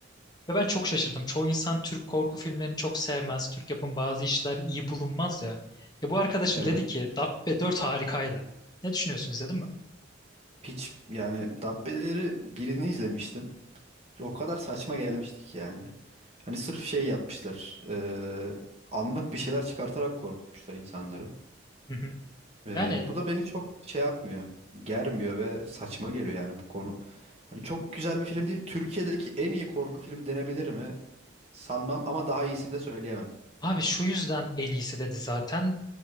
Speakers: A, on the left; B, on the right.
A: Ve ben çok şaşırdım. Çoğu insan Türk korku filmlerini çok sevmez. Türk yapım bazı işler iyi bulunmaz ya. E bu arkadaşım
B: Evet.
A: dedi ki Dabbe 4 harikaydı. Ne düşünüyorsun izledin mi?
B: Hiç yani Dabbeleri birini izlemiştim. O kadar saçma gelmiştik yani. Hani sırf şey yapmışlar. eee, anlık bir şeyler çıkartarak korkutmuşlar insanları.
A: Hı hı.
B: Eee,
A: Yani
B: bu da beni çok şey yapmıyor. Germiyor ve saçma geliyor yani bu konu. Hani çok güzel bir film değil. Türkiye'deki en iyi korku filmi denebilir mi? Sanmam ama daha iyisini de söyleyemem.
A: Abi şu yüzden en iyisi dedi zaten.